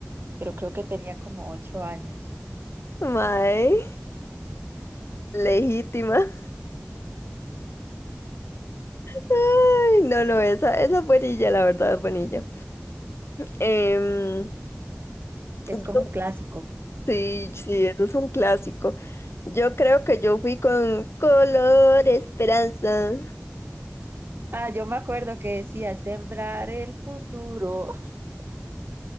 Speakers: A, on the right (about 55°); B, on the left (about 70°).
A: pero creo que tenía como ocho años.
B: Mae, legítima. <laughs> Ay, no, no, esa, esa es buenilla, la verdad, es buenilla. Em,
A: Es
B: yo-
A: como un clásico.
B: sí, sí, eso es un clásico. Yo creo que yo fui con Color Esperanza.
A: Ah, yo me acuerdo que decía sembrar el futuro. <laughs>